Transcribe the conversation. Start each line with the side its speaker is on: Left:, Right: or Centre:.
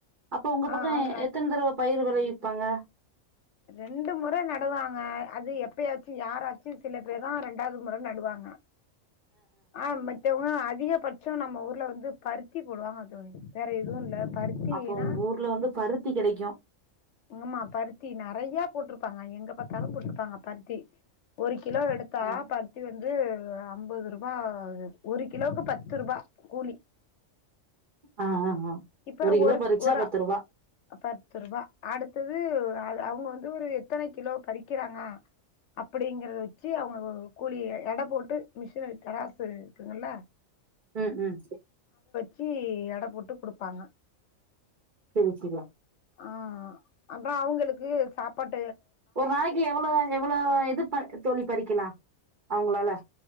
Right: அப்போ உங்க
Left: ஆ
Right: பக்கோ
Left: அது
Right: எத்தனை தர்வ பயிரு வெ போய் விப்பாங்க
Left: ரெண்டு முற நடுவாங்க அது எப்பயாச்சு யாராச்சு சில பேர் தா ரெண்டாவது முற நடுவாங்க ஆ மெட்டிவ் <unintelligible> அதிகபட்சோ நம்ம ஊர்ல வந்து பருத்தி போடுவாங்க தோழி வேற எதுவு இல்ல பருத்தி
Right: அப்போ
Left: னா
Right: உங்க ஊர்ல வந்து பருத்தி கெடைக்கு
Left: ஆமா பருத்தி நறையப் போட்ருப்பாங்க எங்க பாத்தாலும் போட்ருப்பாங்க பருத்தி ஒரு கி கிலோ எடுத்தா
Right: ஆ
Left: பருத்தி வந்து ஒரு ஐம்பது ரூ பா ஒரு கிலோவுக்கு பத்து ரூபா கூலி
Right: ஆ ஆ ஆ
Left: இப்ப
Right: கிலோ
Left: ஒரு
Right: பறிச்சா
Left: ஒரா
Right: பத்து ரூபா
Left: பத்துரூவா அடுத்தது அ அவுங்க வந்து ஒரு எத்தனை கிலோ பறிக்கிறாங்க அப்டிங்கறத வச்சு அவுங்க ஒ ஒ கூலி எட போட்டு மிஷினரி தராசு இருக்குங்கல்ல
Right: ம் ம் செரி
Left: சி எட போட்டு குடுப்பாங்க
Right: செரி செரியா
Left: ஆ அப்றோ அவுங்களுக்கு சாப்பாட்
Right: ஒரு நாளாக்கி எவ்வளோ அண்ட் எவ்வளோ இத் த்து ப தோழி பறிக்கலா அவுங்களால